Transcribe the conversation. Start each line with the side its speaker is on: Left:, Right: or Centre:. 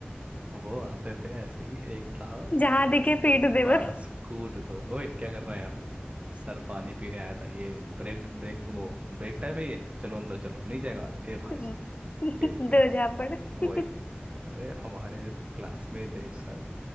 Right: वो आते थे ऐसे ही एक था
Left: जहां दिखे पीट दे
Right: बस
Left: बस
Right: कूट दो ओए क्या कर रहे हैं आप सर पानी पीने आया था ये ब्रेक ब्रेक वो ब्रेक टाइम है ये चलो अंदर चलो नहीं जाएगा ले भाई
Left: <laughs>
Right: साहब फेल दिया
Left: दो झापड़ <laughs>
Right: वही अरे हमारे क्लास में थे एक सर